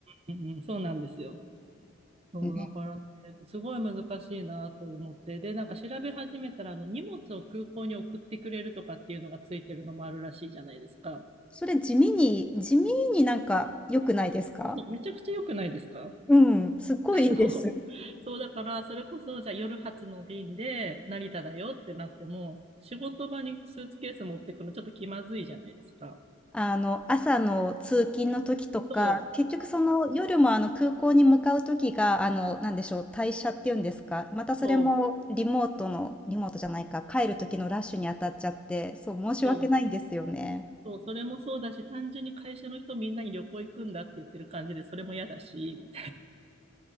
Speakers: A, on the right; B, in the centre.
A: うん、うん、そうなんですよ。そう、
B: ね。
A: だからね、すごい難しいなと思って。で、なんか調べ始めたら、あの、荷物を空港に送ってくれるとかっていうのがついてるのもあるらしいじゃないですか。
B: それ地味に地味になんか良くないですか？
A: そうめちゃくちゃ良くないですか
B: うん、すっごいいいです。
A: <laughs> そう。そう、だから、それこそ、じゃあ夜発の便で成田だよってなっても、仕事場にスーツケース持ってくのちょっと気まずいじゃないですか。
B: あの、朝の通勤の時とか、
A: そう、
B: 結局その夜もあの空港に向かう時が、あの、なんでしょう、退社っていうんですか、またそれもリモートのリモートじゃないか、
A: そう、
B: 帰る時のラッシュに当たっちゃって、そう、申し訳ないんですよね。
A: そう、そう、それもそうだし、単純に会社の人みんなに旅行行くんだって言ってる感じで、それも嫌だし、